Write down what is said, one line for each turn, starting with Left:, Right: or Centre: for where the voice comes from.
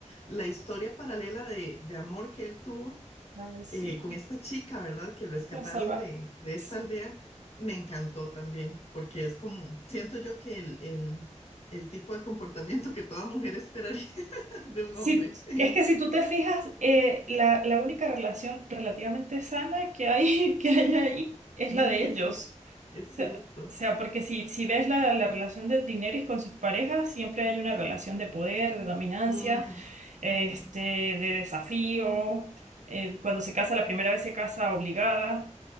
Left: la historia paralela de, de amor que él tuvo
Right: Ay, sí,
Left: eh, con esta chica, ¿verdad? Que rescataron
Right: la salvaje.
Left: de, de esta
Right: Sí.
Left: aldea, me encantó también, porque es como, siento yo que el, el, el tipo de comportamiento que toda mujer esperaría <laughs> de un
Right: Si,
Left: hombre. <laughs>
Right: es que si tú te fijas, eh, la, la única relación relativamente sana que hay, <laughs> que hay ahí es
Left: Sí,
Right: la de
Left: es,
Right: ellos.
Left: cier- es
Right: O sea,
Left: cierto.
Right: o sea, porque si, si ves la, la relación de Daenerys con sus parejas, siempre hay una relación de poder, de dominancia,
Left: Ujú,
Right: este,
Left: ujú.
Right: de desafío. Eh, cuando se casa la primera vez se casa obligada.